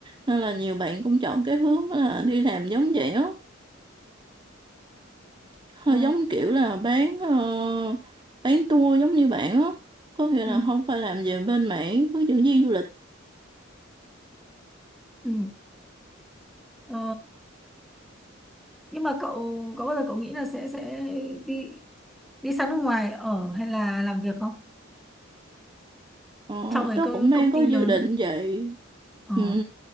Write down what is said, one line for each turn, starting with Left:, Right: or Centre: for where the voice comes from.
Right: Nên là nhiều bạn cũng chọn cái hướng là đi làm giống vậy á. Họ
Centre: Ờ,
Right: giống kiểu là bán ờ, bán tour giống như bạn á có nghĩa
Centre: ừ.
Right: là không phải làm về bên mảng hướng dẫn viên du lịch
Centre: ừ. Ờ, nhưng mà cậu có bao giờ cậu nghĩ là sẽ sẽ đi đi sang nước ngoài ở hay là làm việc không?
Right: ờ,
Centre: so với
Right: tớ
Centre: cơ,
Right: cũng đang
Centre: công
Right: có
Centre: ty
Right: dự
Centre: lớn.
Right: định vậy
Centre: Ờ,
Right: ừ.